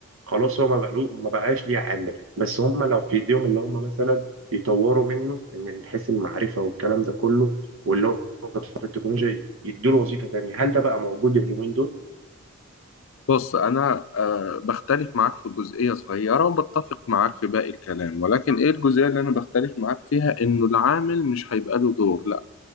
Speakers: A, on the right; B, on the left.
A: خلاص هو ما بقلو- ما بقاش ليه عامل بس هم لو في ايديهم اللي هم مثلا يطوروا منه من حيث المعرفه والكلام ده كله واللي هو في التكنولوجيا يدوا له وظيفه تانيه هل ده بقى موجود اليومين دول
B: بص أنا آه، بختلف معاك في جزئية صغيرة وبتفق معاك في باقي الكلام ولكن إيه الجزئية اللي أنا بختلف معاك فيها إنه العامل مش هيبقى له دور لا